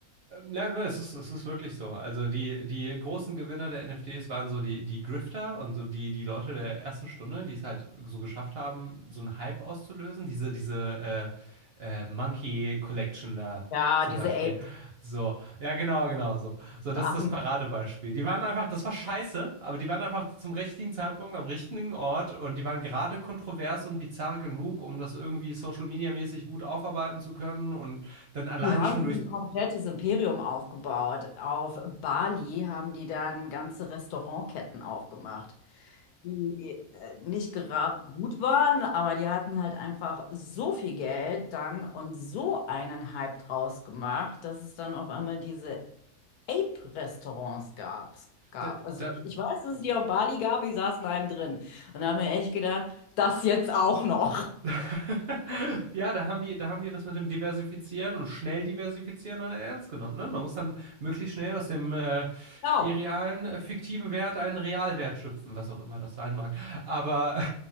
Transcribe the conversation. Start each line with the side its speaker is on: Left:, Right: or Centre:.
Right: Ja, nur, es ist, es ist wirklich so. Also die, die großen Gewinner der NFTs waren so die, die Grifter und so die, die Leute der ersten Stunde, die es halt so geschafft haben, so einen Hype auszulösen. Diese, diese äh, äh, Monkey Collection da
Left: ja,
Right: zum
Left: diese
Right: Beispiel.
Left: Apes,
Right: So, ja, genau, genau so. So, das
Left: Affen.
Right: ist das Paradebeispiel. Die waren einfach, das war scheiße, aber die waren einfach zum richtigen Zeitpunkt am richtigen Ort und die waren gerade kontrovers und bizarr genug, um das irgendwie Social Media mäßig gut aufarbeiten zu können und dann alleine
Left: Die haben
Right: schon
Left: sich
Right: durch.
Left: ein komplettes Imperium aufgebaut. Auf Bali haben die dann ganze Restaurantketten aufgemacht. die äh, nicht gerade gut waren, aber die hatten halt einfach so viel Geld dann und so einen Hype draus gemacht, dass es dann auf einmal diese Ape-Restaurants gab. gab.
Right: Da,
Left: Also
Right: da,
Left: ich, ich weiß, dass es die auf Bali gab, ich saß in einem drin und habe mir echt gedacht, das jetzt auch noch.
Right: <laughs> Ja, da haben die, da haben die das mit dem Diversifizieren und schnell diversifizieren dann ernst genommen. Ne? Man muss dann möglichst schnell aus dem äh,
Left: Genau,
Right: irrealen, äh, fiktiven Wert einen Realwert schöpfen, was auch immer das sein mag. Aber